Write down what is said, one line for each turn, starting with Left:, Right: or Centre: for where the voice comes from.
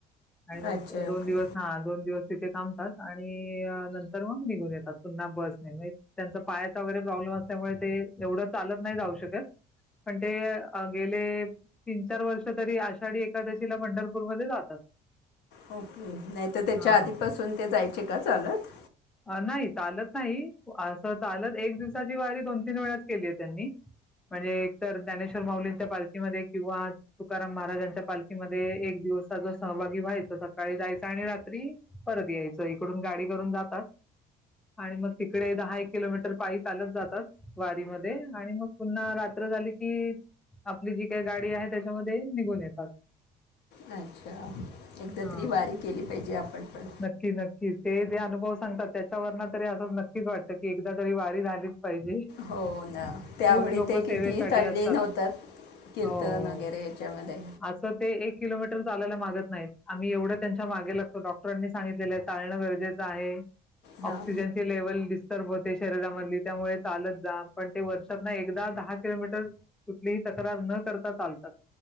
Centre: आणि मग
Left: अच्छा ओके
Centre: दिवस हा दोन दिवस तिथे थांबतात आणि नंतर मग निघून येतात पुन्हा बस नाही त्यांचा पायाचा वगैरे प्रॉब्लेम असल्यामुळे ते एवढं चालत नाही जाऊ शकत पण ते गेले तीन चार वर्ष तरी आषाढी एकादशीला पंढरपूरमध्येध्ये जातात
Left: ओके नाही तर त्याच्या
Centre: हां.
Left: आधीपासून ते जायचे का चालत
Centre: नाही चालत नाही असं चालत एक दिवसाची वारी दोन तीन वेळाच केली आहे त्यांनी म्हणजे एक तरर ज्ञानेश्वर माउलींच्या पालखीमध्ये किंवा तुकाराम महाराजांच्या पालखीमध्ये एक दिवसा जो सहभागी व्हायच सकाळी जायचं आणि रात्री परत यायचं इकडून गाडी करून जातात. आणि मग तिकडे दहा एक किलोमीटर पायी चालत जातात. वारीमध्ये आणि मग पुन्हा रात्र झाली की आपली जी काही गाडी आहे त्याच्यामध्ये निघून येतात
Left: अच्छा एकदा
Centre: हा
Left: तरी वारी केली पाहिजे आपण पण
Centre: नक्की नक्की ते अनुभव सांगतात त्याच्यावर तरी असंच नक्कीच वाटतं की एकदा तरी वारी झालीच पाहिजे
Left: हो ना त्यावेळी
Centre: खूप लोक
Left: ते किती
Centre: सेवेसाठी
Left: तल्लीन
Centre: असतात
Left: होतात कीर्तन
Centre: हो
Left: वगैरे याच्यामध्ये.
Centre: असं ते एक किलोमीटर चालायला मागत नाहीत. आम्ही एवढं त्यांच्या मागे लागतो डॉटर. डॉक्टरांनी सांगितलेलं आहे चालणं गरजेचं आहे.
Left: हां
Centre: ऑक्सिजन लेवल दिस र्पते शरीरामधली त्यामुळे चालत जा. पण ते वर्षात ना एकदा दहा किलोमीटर कुठलीही तक्रार न करता चालतात.